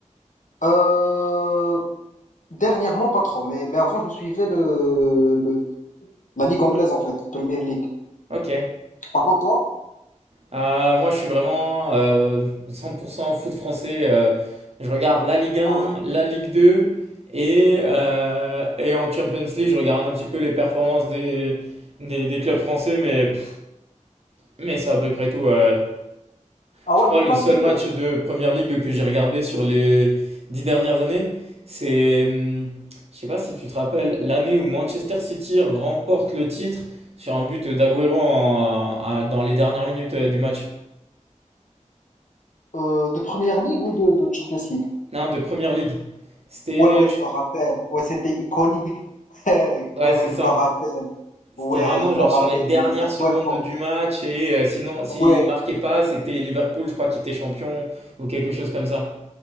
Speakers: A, on the left; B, on the right.
A: euh, dernièrement, pas trop. Mais, mais avant, je suivais le, le- la Ligue anglaise, en fait, Premier League.
B: Ok.
A: Par contre, toi?
B: Euh, moi, je suis vraiment euh, 100% foot français. euh, je regarde la Ligue 1,
A: Ah ouais,
B: la Ligue 2 et, euh, et en Champions League, je regarde un petit peu les performances des, des, des clubs français, mais, pff, mais c'est à peu près tout. euh.
A: ah
B: je
A: ouais,
B: crois
A: même
B: le
A: la
B: seul
A: Ligue
B: match
A: 2,
B: de Première Ligue que j'ai regardé sur les dix dernières années, c'est, hum, je sais pas si tu te rappelles, l'année où Manchester City remporte le titre sur un but d'Aguero en- à- dans les dernières minutes euh, du match.
A: euh, de Première ligue ou de, de Champions League?
B: Non, de Première Ligue. C'était,
A: Ouais, ouais, je me rappelle. Ouais, c'était iconique. <laughs> ouais, ouais,
B: ouais, c'est ça.
A: je me rappelle.
B: C'était
A: Ouais,
B: vraiment
A: je me
B: genre
A: rappelle.
B: sur les dernières
A: le but d'Aguero.
B: secondes du match et euh, sinon, s'il
A: Ouais,
B: marquait pas, c'était Liverpool, je crois, qui était champion ou quelque chose comme ça.